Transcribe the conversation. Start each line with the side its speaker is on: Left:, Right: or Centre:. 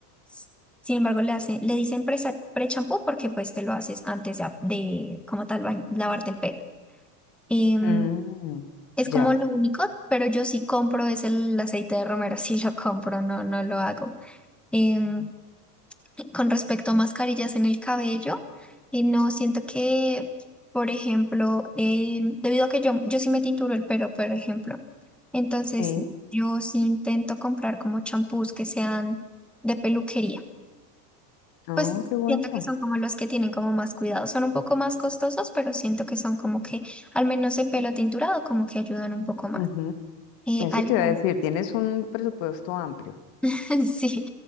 Centre: S- Sin embargo, le hacen, le dicen presa- pre-champú porque pues te lo haces antes de, de como tal bañ- lavarte el pelo. Em,
Left: Mm,
Centre: es
Left: Ya.
Centre: como lo único, pero yo sí compro es el aceite de romero, <laughs> sí lo compro, no, no lo hago. Em, con respecto a mascarillas en el cabello, eh, no siento que, por ejemplo, eh, debido a que yo, yo sí me tinturo el pelo, por ejemplo, entonces
Left: Eh,
Centre: yo sí intento comprar como champús que sean de peluquería.
Left: No,
Centre: Pues
Left: qué bueno.
Centre: siento que son como los que tienen como más cuidado. Son un poco más costosos, pero siento que son como que, al menos en pelo tinturado, como que ayudan un poco más.
Left: ujú,
Centre: Eh,
Left: Eso
Centre: al
Left: te
Centre: igual
Left: iba a decir, tienes un presupuesto amplio.
Centre: <laughs> Sí,